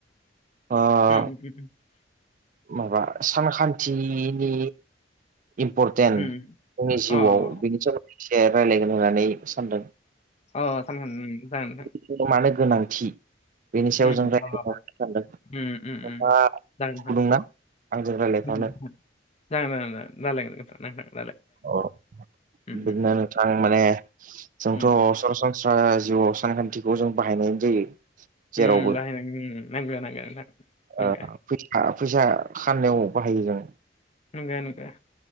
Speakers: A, on the right (about 45°); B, on the left (about 35°).
A: ओ
B: <unintelligible>
A: माबा सानखान्थिनि इम्पर्टेन्ट
B: उम।
A: जोंनि जिउआव
B: अ
A: बेनि सोमोन्दै एसे रायलायगोन होननानै सानदों
B: अ सानखान्थि जागोन नोंथां
A: जोंनो मानो गोनांथि बेनि सायाव
B: उम
A: जों रायलायलांनो
B: अ
A: सानदों नोंथाङा
B: उम उम उम जागोन नोंथां
A: गुदुंना आंजों रायलायफानो
B: उम, नोंथां। जागोन जागोन जालायगोन नोंथां <unintelligible>
A: अ
B: उम
A: बिदिनो
B: उम
A: नोंथां माने जोंथ'
B: उम उम
A: सरासन स्रा जिउआव सानखान्थिखौ जों बाहायनाय जायो
B: उम
A: जेरावबो
B: बाहायनां <unintelligible> नोंगो नोंगो नोंगो नोंथां नोंगो
A: ओ फैसा खानायाव बाहायो जों
B: नंगो नंगो